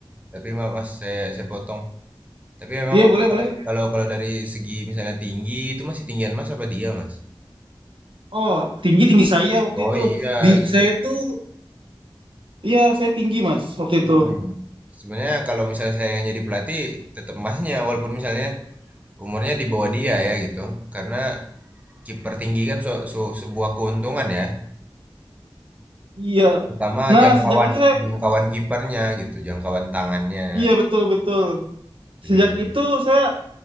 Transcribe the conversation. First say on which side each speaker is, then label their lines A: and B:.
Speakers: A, on the right; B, on the right.
A: tapi Ma- mas saya saya potong. Tapi memang
B: Iya boleh
A: kalau
B: boleh.
A: kalau kalau dari segi misalnya tinggi itu masih tinggian mas apa dia mas?
B: Oh tinggi tinggi saya waktu
A: Oh
B: itu
A: iya,
B: di
A: sebe-
B: saya tuh, iya saya tinggi mas waktu itu.
A: mm. Sebenarnya kalau misalnya saya yang jadi pelatih tetap masnya walaupun misalnya umurnya di bawah dia ya gitu. Karena kiper tinggi kan su- su- sebuah keuntungan ya.
B: Iya.
A: Pertama
B: Nah,
A: jangkauan
B: sejak itu saya
A: jangkauan kipernya gitu, jangkauan tangannya.
B: Iya betul betul.
A: Itu
B: Sejak
A: dia.
B: itu saya